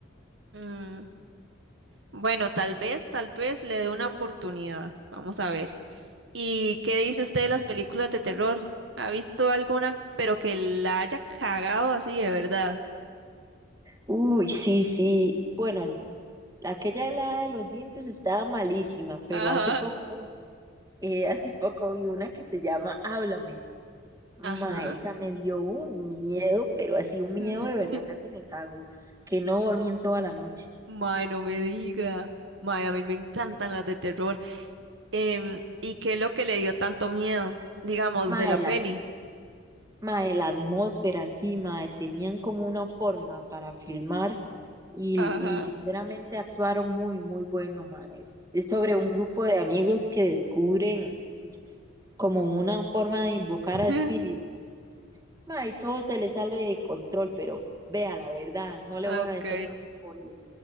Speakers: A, on the right; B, on the right.
A: Mm, Bueno, tal vez, tal vez le dé una oportunidad. Vamos a ver. ¿Y qué dice usted de las películas de terror? ¿Ha visto alguna, pero que la haya cagado así de verdad?
B: Uy, sí, sí. Bueno, aquella helada de los dientes estaba malísima, pero
A: Ajá.
B: hace poco, eh, <laughs> hace poco vi una que se llama Háblame. Ma,
A: Ajá.
B: esa me dio un miedo, pero así un miedo
A: <laughs>
B: de verdad, casi me cago, que no dormí en toda la noche.
A: Mae, no me diga. Mae, a mí me encantan las de terror. Em, ¿y qué es lo que le dio tanto miedo, digamos,
B: Ma,
A: de la
B: de
A: peli?
B: la, ma, de atmósfera, sí, ma, tenían como una forma para filmar y,
A: Ajá.
B: y sinceramente actuaron muy, muy bueno, ma. Es, es sobre un grupo de amigos que descubren como una forma de invocar
A: <laughs>
B: a espíritus. Ma, y todo se le sale de control, pero vea la verdad, no le
A: Ah,
B: voy
A: Ok,
B: a decir más spoilers.